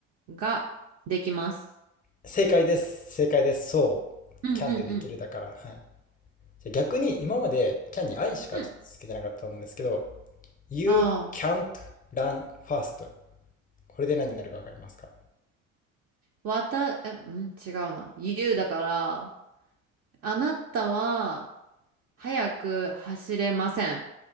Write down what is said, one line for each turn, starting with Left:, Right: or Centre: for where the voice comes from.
Right: ができます。
Left: 正解です。正解です。そう。
Right: うんうんうん。
Left: can でできるだから。はい。じゃあ逆に今まで can に I しかつけてなかったと思うんですけど、
Right: うん。
Left: You
Right: あ
Left: can't run fast. これで何になるかわかりますか
Right: あ、わた、え、うん、違うな。言うだから、あなたは、早く走れません。ん